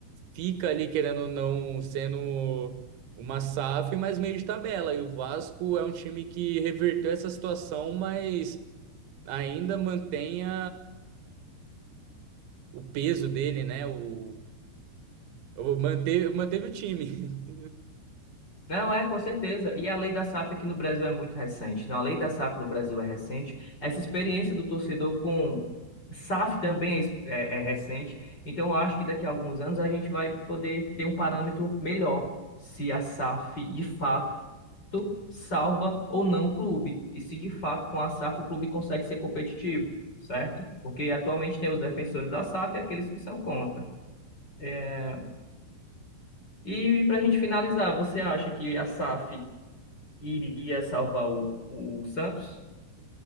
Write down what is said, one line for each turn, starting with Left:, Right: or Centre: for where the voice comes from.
Right: fica ali, querendo ou não, sendo uma SAF, mas meio de tabela. E o Vasco é um time que reverteu essa situação, mas ainda mantenha o peso dele, né? O, o- manteve, manteve o time. <laughs>
Left: Não, é, com certeza. E a lei da SAF aqui no Brasil é muito recente. Não, a lei da SAF do Brasil é recente. Essa experiência do torcedor com SAF também é, es- é- é recente. Então, eu acho que daqui a alguns anos a gente vai poder ter um parâmetro melhor se a SAF de fato salva ou não o clube. E se de fato com a SAF o clube consegue ser competitivo, certo? Porque atualmente tem os defensores da SAF e aqueles que são contra. É, E para a gente finalizar, você acha que a SAF iria salvar o, o Santos?